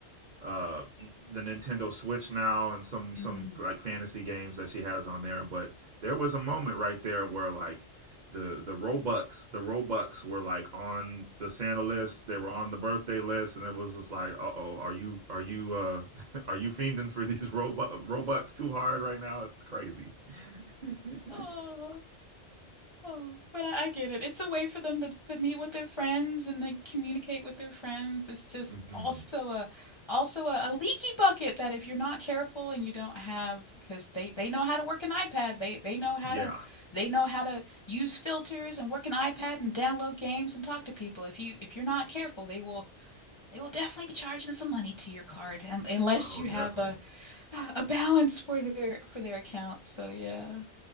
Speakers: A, on the right (about 50°); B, on the left (about 35°).
A: uh the Nintendo Switch now and some
B: Mm.
A: some like fantasy games that she has on there but there was a moment right there where like the the Robux the Robux were like on the Santa list they were on the birthday list and it was just like uh-oh are you are you uh <laughs> are you fiending for these Robux Robux too hard right now it's crazy <laughs>
B: Oh. Oh, but I, I get it. It's a way for them to, to meet with their friends and they communicate with their friends. It's just
A: mhm
B: also a also a, a leaky bucket that if you're not careful and you don't have because they they know how to work an iPad. They they know how
A: yeah
B: to they know how to use filters and work an iPad and download games and talk to people. If you if you're not careful, they will they will definitely be charging some money to your card and, unless
A: oh
B: you
A: definitely
B: have a a balance for their for their account. So yeah.